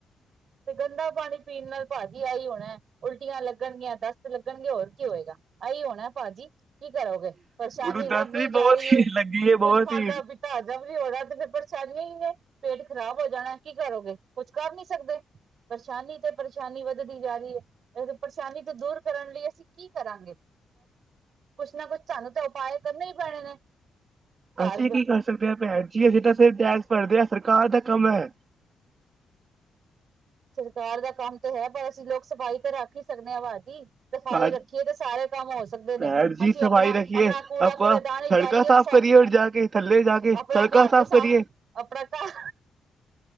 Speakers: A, on the right (about 60°); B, on the right (about 45°).
A: ਤੇ ਗੰਦਾ ਪਾਣੀ ਪੀਣ ਨਾਲ ਭਾਜੀ ਏਹੀ ਹੋਣਾ ਉਲਟੀਆਂ ਲੱਗਣਗੀਆਂ, ਦਸਤ ਲੱਗਣਗੇ ਹੋਰ ਕੀ ਹੋਏਗਾ, ਏਹੀ ਹੋਣਾ।, ਭਾਜੀ ਕੀ ਕਰੋਗੇ ਪਰੇਸ਼ਾਨੀ
B: ਉਹਨੂੰ
A: ਵੱਧਦੀ
B: ਦੱਸ ਵੀ
A: ਜਾ
B: ਬਵਾਸੀਰ
A: ਰਹੀ ਏ
B: ਲੱਗੀ ਹੈ ਬਵਾਸੀਰ
A: ਕੁੱਛ ਖਾਧਾ ਪੀਤਾ ਹਜ਼ਮ <unintelligible> ਹੋ ਰਹਾ ਤੇ ਫੇਰ ਪਰਸ <unintelligible> ਹੀ ਨੇ ਪੇਟ ਖ਼ਰਾਬ ਹੋ ਜਾਣਾ ਕੀ ਕਰੋਗੇ ਕੁਛ ਕਰ ਨੀ ਸਕਦੇ। ਪਰੇਸ਼ਾਨੀ ਤੇ ਪਰੇਸ਼ਾਨੀ ਵੱਧਦੀ ਜਾ ਰਹੀ ਏ ਪਰੇਸ਼ਾਨੀ ਤੋਂ ਦੂਰ ਕਰਨ ਲਈ ਅਸੀਂ ਕੀ ਕਰਾਂਗੇ। ਕੁਛ ਨਾ ਕੁਛ ਸਾਨੂੰ ਤਾਂ ਉਪਾਏ ਕਰਨੇ ਹੀ ਪੈਣੇ ਨੇ। ਘਰ
B: ਅਸੀਂ ਕੀ ਕਰ ਸਕਦੇ ਹਾਂ ਭੈਣ ਜੀ ਅਸੀਂ ਤਾਂ ਟੈਕਸ ਭਰਦੇ ਆ ਸਰਕਾਰ ਦਾ ਕੰਮ ਏ।
A: ਸਰਕਾਰ ਦਾ ਕੰਮ ਤਾਂ ਹੈ ਪਰ ਅਸੀਂ ਲੋਕ ਸਫ਼ਾਈ ਤਾਂ ਰੱਖ ਹੀ ਸਕਦੇ ਆ ਭਾਜੀ। ਸਫਾਈ
B: ਭਾ
A: ਰੱਖੀਏ ਤੇ ਸਾਰੇ ਕੰਮ ਹੋ ਸਕਦੇ ਨੇ,
B: ਭੈਣ ਜੀ
A: ਅਸੀਂ
B: ਸਫ਼ਾਈ
A: ਆਪਣਾ-
B: ਰੱਖੀਏ
A: ਆਪਣਾ ਕੂੜਾ
B: ਆਪਾਂ
A: ਕੂੜੇ ਦਾਨ ਇੰਚ
B: ਸੜਕਾਂ
A: ਡਾਲੀਏ
B: ਸਾਫ਼
A: ਤੇ ਸ
B: ਕਰੀਏ ਔਰ ਜਾ ਕੇ ਥੱਲੇ ਜਾ ਕੇ
A: ਆਪਣਾ
B: ਸੜਕਾਂ
A: ਘਰ ਤੇ
B: ਕਰੀਏ
A: ਸਾਫ਼ ਆਪਣਾ ਘਰ